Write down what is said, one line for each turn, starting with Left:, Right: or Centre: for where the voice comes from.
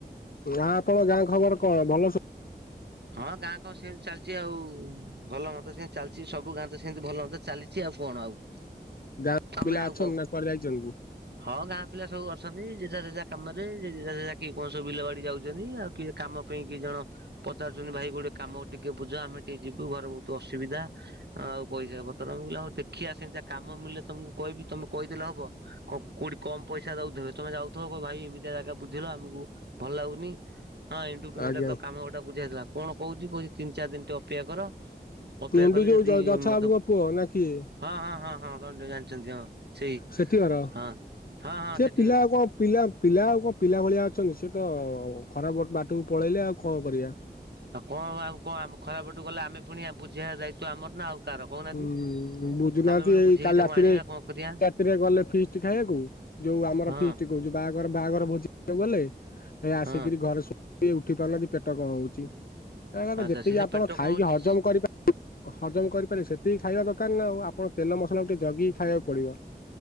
Left: ଆଁ ତମ ଗାଁ ଖବର କଣ ଭଲ ସବୁ?
Right: ହଁ ଗାଁ କଣ ସେମିତି ଚାଲିଛି ଆଉ ଭଲ ମନ୍ଦ ସେମତି ଚାଲିଛି ସବୁ ଗାଁ ତ ସେମିତି ଭଲ ମନ୍ଦ ଚାଲିଛି ଆଉ କଣ ଆଉ
Left: ଗାଁ ପିଲା
Right: ଆମେ
Left: ଅଛନ୍ତି
Right: ଆଉ କଁ
Left: ନା କୁଆଡେ ଯାଇଛନ୍ତି?
Right: ହଁ ଗାଁ ପିଲା ସବୁ ଅଛନ୍ତି। ଯେଝା ଯେଝା କାମରେ ଯେଝା ଯେଝା କିଏ କଣ ସବୁ ବିଲ ବାଡି ଯାଉଛନ୍ତି ଆଉ କିଏ କାମ ପାଇଁ କିଛି ଜଣ ପଚାରୁଛନ୍ତି ଭାଇ ଗୋଟେ କାମ ଟିକେ ବୁଝ ଆମେ ଟିକେ ଯିବୁ ଘର ବହୁତ ଅସୁବିଧା। ଆଉ ପଇସା ପତ୍ର ମୁଁ କହିଲି ହଉ ଦେଖିଆ ସେମିତିଆ କାମ ମିଳିଲେ ତମକୁ କଇବି ତମେ କଇଦେଲେ ହବ। କ କୋଉଠି କମ ପଇସା ଦଉଚ ତମେ ଯାଉଥିବ ଭାଇ ଏମିତିଆ ଜାଗା ବୁଝିଲ ଆମକୁ ଭଲ ଲାଗୁନି। ହଁ ଏଣ୍ଡୁ ଗୋଟେ
Left: ଆଜ୍ଞା
Right: ତ କାମ ଗୋଟେ ବୁଝି ଆସିଥିଲା କଣ କହୁଛି କହୁଛି ତିିନ ଚାରି ଦିନିଟିକେ ଅପେକ୍ଷା କର। ଅପେକ୍ଷା
Left: ଏଣ୍ଡୁକି
Right: କଲେ ଯଦି
Left: ହଉଚି ଯ-ଯଛା
Right: ମତେ
Left: ବାବୁଙ୍କ ପୁଅ ନା କିଏ?
Right: ହଁ ହଁ ହଁ ହଁ ଜାଣିଛନ୍ତି ହଁ ସେଇ
Left: ସେଠି ଘର
Right: ହଁ ହଁ ହଁ
Left: ସେ
Right: ସେଠି
Left: ପିଲା
Right: ଘର।
Left: ଆଉ କଣ ପିଲା ପିଲା ଆଉ କଣ ପିଲା ଭଳିଆ ଅଛନ୍ତି ସେ ତ ଖରାପ ବାଟକୁ ପଳେଇଲେ ଆଉ କଣ କରିବା।
Right: ଆଉ କଣ ଆଉ କଣ ଆମ ଖରାପ ବାଟକୁ ଗଲେ ଆମେ ପୁଣିଆ ବୁଝେଇବା ଦାୟିତ୍ଵ ଆମର ନା ଆଉ। କାହାର କହୁନାହାନ୍ତି।
Left: ହୁଁ ବୁଝୁନାହାନ୍ତି
Right: ଆମେ ପୁଣି
Left: ଏଇ
Right: ବୁଝେଇକି
Left: କାଲି
Right: ତାକୁ
Left: ରାତିରେ
Right: ଆଣିବା କଣ କରିବା
Left: ରାତିରେ ଗଲେ ଫିଷ୍ଟ ଖାଇବାକୁ ଯୋଉ ଆମର
Right: ହଁ
Left: ଫିଷ୍ଟ ହଉଚି ବାହାଘର ବାହାଘର ଭୋଜି ଖାଇବାକୁ ଗଲେ ହେ ଆସିକିରି
Right: ହଁ
Left: ଘରେ ସୋ ଇଏ ଉଠି ପାରୁନାହାନ୍ତି ପେଟ କଣ ହଉଛି, କହିବା କଥା
Right: ଆଚ୍ଛା
Left: ଯେତିକି
Right: ସେ ଯୋଉ
Left: ଆପଣ
Right: ପେଟ
Left: ଖାଇକି
Right: କଣ ହଉଛି
Left: ହଜମ କରିପାର ହଜମ କରିପାରିବେ, ସେତିକି ଖାଇବା ଦରକାର ନା ଆଉ। ଆପଣ ତେଲ ମସଲାକୁ ଟିକେ ଜଗିକି ଖାଇବାକୁ ପଡିବ।